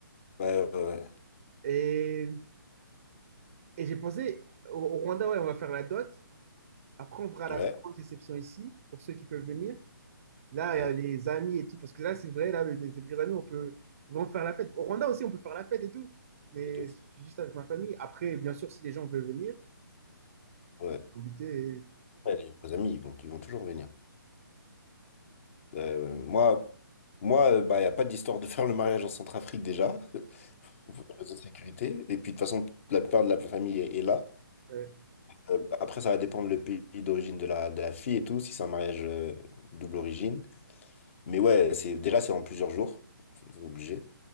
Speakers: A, on the left; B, on the right.
A: ouais, ouais, ouais,
B: Et, et j'ai pensé, au, au Rwanda, ouais, on va faire la dot. Après, on fera la
A: ouais,
B: plus grande réception ici, pour ceux qui peuvent venir. Là,
A: ouais,
B: il y a
A: ouais,
B: les amis et tout, parce que là, c'est vrai, là, mes mes vrais amis, on peut vraiment faire la fête. Au Rwanda aussi, on peut faire la fête et tout, mais
A: pas de ouf.
B: je suis juste avec ma famille. Après, bien sûr, si les gens veulent venir,
A: ouais.
B: inviter. et-
A: Ouais, les vrais amis, ils vont, ils vont toujours venir. Euh, moi, moi, euh, bah, il n'y a pas d'histoire de faire le mariage en Centrafrique déjà, <laughs> pour des raisons de sécurité. Et puis, de toute façon, la plupart de la famille est, est là.
B: Ouais.
A: Euh, bah, après, ça va dépendre le pays d'origine de la, de la fille et tout, si c'est un mariage euh, double origine. Mais ouais, c'est, déjà, c'est en plusieurs jours. C'est obligé.